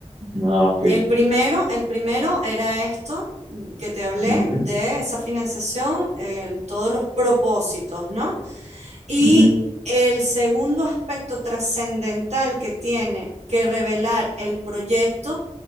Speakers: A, on the right (about 50°); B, on the right (about 65°).
A: Ah, ok.
B: El primero, el primero era esto mm, que te hablé
A: Ujú,
B: de esa financiación, eh, el- todos los propósitos, ¿no? Y
A: ujú,
B: el segundo aspecto trascendental que tiene que revelar el proyecto